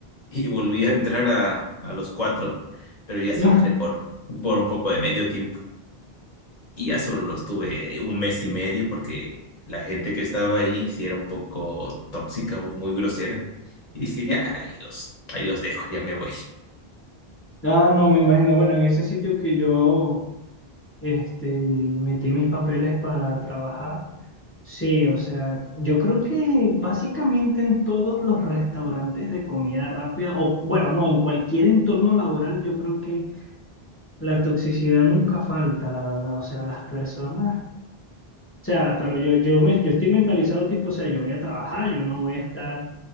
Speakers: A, on the left; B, on the left.
A: y volví a entrar a, a los cuatro, pero ya sí
B: <laughs>
A: entré por, por un poco de medio tiempo y ya solo lo estuve un mes y medio porque la gente que estaba ahí sí era un poco tóxica, muy grosera. Y dije, ya, ahí los, ahí los dejo, ya me voy.
B: Ah, no, me imagino. Bueno, en ese sitio que yo este, metí mis papeles para trabajar, sí, o sea, yo creo que básicamente en todos los restaurantes de comida rápida, o bueno, no, en cualquier entorno laboral, yo creo que la toxicidad nunca falta, la verdad. O sea, las personas, o sea, pero yo, yo, me, yo estoy mentalizado tipo, o sea, yo voy a trabajar, yo no voy a estar,